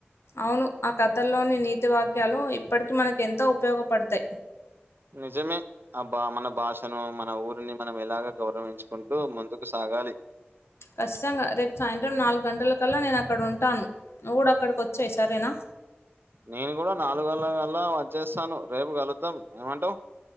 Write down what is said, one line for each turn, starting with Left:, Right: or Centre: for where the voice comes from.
Left: అవును ఆ కథల్లోని నీతి వాక్యాలు ఇప్పటికీ మనకెంతో ఉపయోగపడతాయి
Right: నిజమే అబ్బ మన భాషను మన ఊరిని మనం ఎలాగే గౌరవించుకుంటూ ముందుకు సా సాగాలి
Left: ఖచ్చితంగా రేపు సాయంత్రం నాలుగు గంటల కల్లా నేను అక్కడ ఉంటాను నువ్వు కూడా అక్కడికి వచ్చెయ్ సరేనా
Right: నేను కూడా నాలుగు గంటల కల్లా వచ్చేస్తాను రేపు కలుద్దాం ఏమంటావు